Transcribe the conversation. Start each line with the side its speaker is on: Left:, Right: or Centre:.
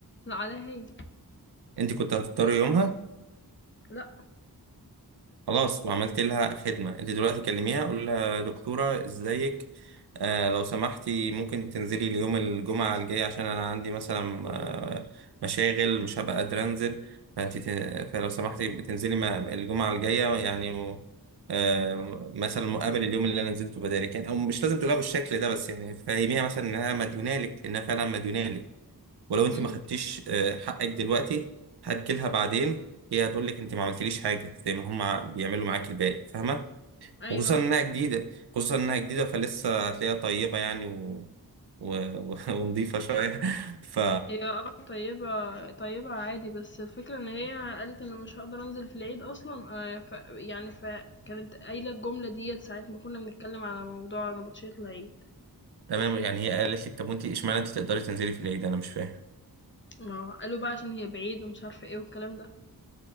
Left: لأ عليها هي،
Right: انت كنت هتضطري يومها
Left: لأ،
Right: خلاص وعملت لها خدمة انت دلوقتي كلميها قول لها دكتورة ازيك آه لو سمحتي ممكن تنزلي اليوم الجمعة الجاي عشان انا عندي مثلا آه مشاغل مش هبقى قادرة انزل فانت ت- فلو سمحتي بتنزلي ما- الجمعة الجاية يعني و- آه مثلا مقابل اليوم اللي انا نزلته بدالك يعني او مش لازم تقولها بالشكل ده بس يعني فهميها مثلا انها مديونالك لانها فعلا مديونالك ولو انت
Left: إمم،
Right: ما خدتيش آه، حقك دلوقتي هتجيلها بعدين هي هتقول لك انت ما عملتليش حاجه زي ما هم بيعملوا معاك الباقي فاهمه
Left: أيوه،
Right: وخصوصا انها
Left: أيوه.
Right: جديده خصوصا انها جديده فلسه هتلاقيها طيبه يعني و... و... و... <laughs> ونضيفه شويه ف
Left: هي اه طيبة طيبة عادي بس الفكرة ان هي قالت انا مش هقدر انزل في العيد اصلا آه، ف يعني فكانت قايلة الجملة ديت ساعة ما كنا بنتكلم على موضوع نبطشية العيد
Right: تمام يعني هي قالت لك طب وانت اشمعنى انت تقدري تنزلي في العيد انا مش فاهم
Left: ما هو قالوا بقى عشان هي بعيد ومش عارفة ايه والكلام ده